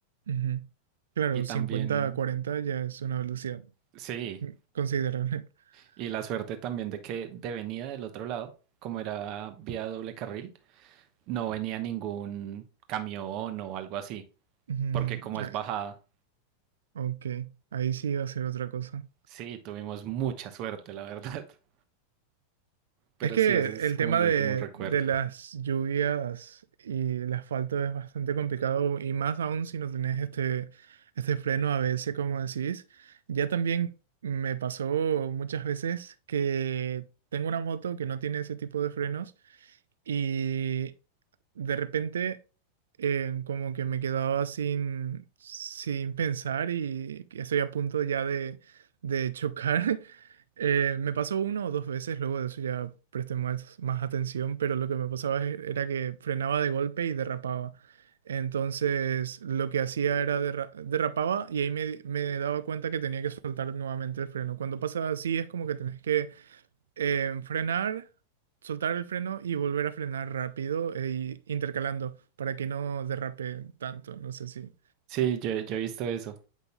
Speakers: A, on the right; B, on the right.
A: Ujú. Claro,
B: Y también,
A: 50, a 40 ya es una velocidad
B: sí,
A: mm, considerable. <laughs>
B: y la suerte también de que de venida del otro lado, como era vía doble carril, No venía ningún camión o algo así,
A: Ujú,
B: porque como es
A: ah,
B: bajada,
A: Ok, ahí sí iba a ser otra cosa.
B: sí, tuvimos mucha suerte, la verdad. <laughs> Pero
A: Es que
B: sí, ese
A: el
B: es como
A: tema
B: el
A: de,
B: último recuerdo.
A: de las lluvias y el asfalto es bastante complicado y más aún si no tenés este, este freno a veces como decís. Ya también me pasó muchas veces que tengo una moto que no tiene ese tipo de frenos y de repente eh, como que me quedaba sin, sin pensar y que estoy a punto ya de, de chocar <laughs> Eh, me pasó una o dos veces, luego de eso ya presté más, más atención, pero lo que me pasaba e- era que frenaba de golpe y derrapaba. Entonces lo que hacía era derra- derrapaba y ahí me, di- me daba cuenta que tenía que soltar nuevamente el freno. Cuando pasa así es como que tenés que eh, frenar, soltar el freno y volver a frenar rápido e intercalando para que no derrape tanto, no sé si.
B: Sí, yo, yo he visto eso.